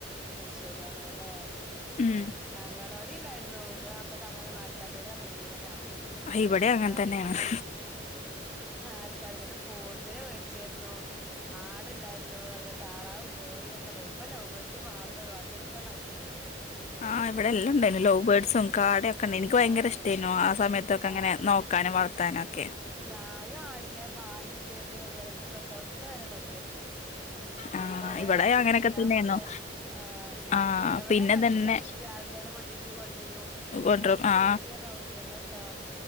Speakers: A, in the centre; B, on the left.
A: അയ് ശെരി അങ്ങനാല്ലേ
B: ഉം
A: ഞങ്ങളോടെ ഉണ്ടായിരുന്നു എന്റെ പപ്പിളക്കെ അങ്ങനെ നാല് കലുകള് പറഞ്ഞ ജീവനാ
B: ആ, ഇവിടെ അങ്ങനെ
A: ആഹ്
B: തന്നെയാണ്
A: ആൾകാരങ്ങട്ട് പോത്തിനെ മേടിച്ചെ ന്നു ആടുണ്ടായിരുന്നു അതു വേ താറാവും കോഴിഒക്കെഉണ്ടായി ഇപ്പ ലവ്ബേഡസ് മാത്രമേ ഉള്ളൂ ബാക്കി ഓ അശ് ച്ചു
B: ആഹ് ഇവെടെല്ലാം ഉണ്ടായ്രുന്നു ലൗ ബേഡ്സും കാടാക്കൊണ്ടനി എനിക്ക് ഭയങ്കര
A: ആഹ്
B: ഇഷ്ടയിനു ആഹ് സമയത്തൊക്കെങ്ങനെ
A: ആഹ്
B: നോക്കാനും വളർ ത്താനൊക്കെ
A: ഞാനും ആടിനെ പാല്ടുത്തേരുന്നു അതുപോലയിന്റെ പ്രസവത്തിനുവെരെ നോക്കിരുന്നു.
B: ആ
A: കൊറെ
B: ഇവിടെ
A: ആടിന്
B: അങ്ങനെയൊക്കെ
A: തിന്നാൻ
B: തന്നെയായിരുന്നു
A: കൊടുത്. ആഹ്
B: ആ
A: എവിടെ
B: പിന്നെ
A: കണ്ടിച്ചാപ്ലാവിന്റെല
B: തന്നെ
A: കൊ കട്ടിട്ട് കൊണ്ടുവെരും
B: കൊണ്ടരും
A: അങ്ങനൊക്കെ
B: ആ
A: ചെയ്തിട്ട് ഞാൻ നോക്കിയാരുന്നുട്ടോ